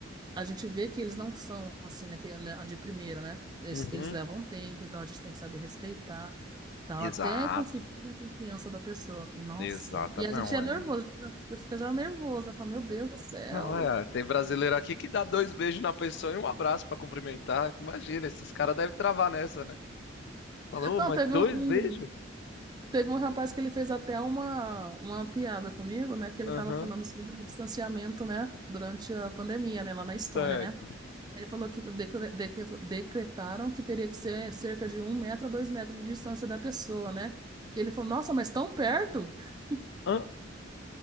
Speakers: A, on the right; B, on the left.
A: a gente vê que eles não são assim, né, que- é, né, de primeira, né? Eles,
B: Uhum.
A: eles levam um tempo, então a gente tem que saber respeitar, tal,
B: Exato,
A: até conseguir a confiança da pessoa. Eu falei, Nossa.
B: exato.
A: E a
B: Não
A: gente é
B: é.
A: nervoso, a já- eu fico já nervosa né? Falo, meu Deus do céu.
B: Não é. Tem brasileiro aqui que dá dois beijos na pessoa e um abraço pra cumprimentar. Imagina, esses caras devem travar nessa, né? Falou,
A: Não,
B: mas
A: teve
B: dois
A: um, um-
B: beijos?
A: teve um rapaz que ele fez até uma, uma piada comigo, né? Que ele estava
B: Aham,
A: falando sobre o distanciamento, né? Durante a pandemia, né? Lá na Estônia,
B: certo.
A: né? Ele falou que decre- decre- decretaram que teria que ser cerca de um metro a dois metros de distância da pessoa, né? E ele falou, nossa, mas tão perto? <laughs>
B: Hã?